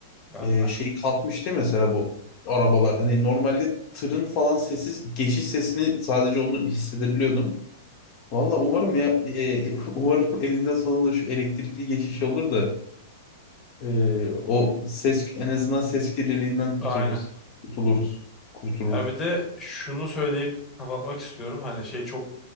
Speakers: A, on the left (about 15°); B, on the left (about 45°).
A: Ben
B: e,
A: de.
B: şey kalkmıştı değil mesela bu arabalar. Hani normalde tırın falan sessiz geçiş sesini sadece onu hissedebiliyordum. Valla umarım ya e, e, <laughs> umarım elinde sonunda şu elektrikli geçiş olur da e, o ses en azından ses kirliliğinden kurtuluruz.
A: Aynen.
B: Kurtuluruz. Kurtuluruz.
A: Ya bir de şunu söyleyip kapatmak istiyorum. Hani şey çok